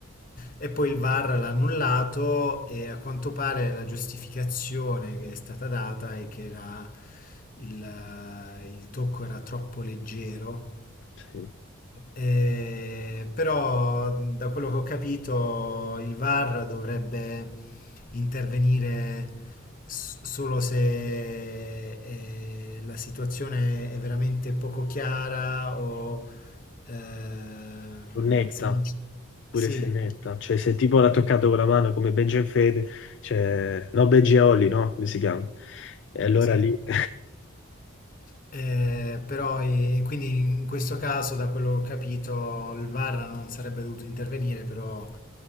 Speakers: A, on the left; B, on the left.
A: e poi il VAR l'ha annullato e a quanto pare la giustificazione che è stata data è che era il, il tocco era troppo leggero
B: Sì.
A: eh, però da quello che ho capito il VAR dovrebbe intervenire s- solo se eh, la situazione è veramente poco chiara o ehm,
B: netta,
A: se non ci...
B: pure
A: Sì,
B: se netta, cioè se tipo l'ha toccato con la mano come Benjen Fede, cioè no Benji e Olli, no? Come si chiama? E allora
A: Sì.
B: lì... <laughs>
A: Eh, però, e- e quindi in questo caso, da quello che ho capito, il VAR non sarebbe dovuto intervenire, però